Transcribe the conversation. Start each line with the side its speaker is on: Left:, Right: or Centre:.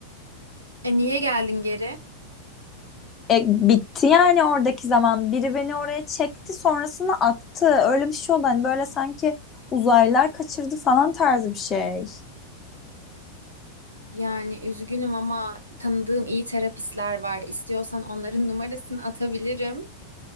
Right: E niye geldin geri?
Left: E, bitti yani oradaki zaman. Biri beni oraya çekti sonrasını attı. Öyle bir şey oldu. Hani böyle sanki uzaylılar kaçırdı falan tarzı bir şey.
Right: Yani üzgünüm ama tanıdığım iyi terapistler var. İstiyorsan onların numarasını atabilirim.